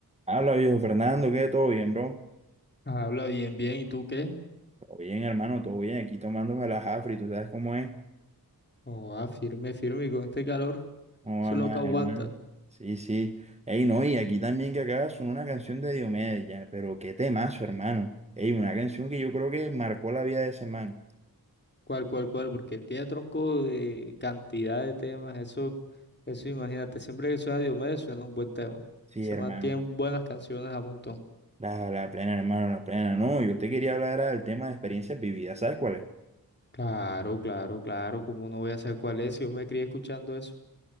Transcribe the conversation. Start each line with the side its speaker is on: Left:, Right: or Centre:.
Right: Habla, viejo Fernando, ¿qué? ¿Todo bien, bro?
Left: Habla bien, bien. ¿Y tú qué?
Right: Todo bien, hermano, todo bien. Aquí tomándome las afri ¿tú sabes cómo es?
Left: Oh, ah, firme, firme. Y con este calor,
Right: no
Left: eso
Right: va
Left: es
Right: más,
Left: lo que aguanta.
Right: hermano? Sí, sí. Ey, no, y aquí también que acaba son una canción de Diomedes, ya, pero qué temazo, hermano. Ey, una canción que yo creo que marcó la vida de ese man.
Left: Cual, cual, cual. Porque él tiene tronco de cantidad de temas. Eso, eso imagínate. Siempre que suena Diomedes, suena un buen tema.
Right: Sí,
Left: Se
Right: hermano.
Left: mantienen buenas canciones a montón.
Right: La, la plena, hermano, la plena. No, yo te quería hablar era del tema de experiencias vividas, ¿sabes cuál es?
Left: Claro, claro, claro. ¿Cómo no voy a saber cuál es? si Yo me crié escuchando eso.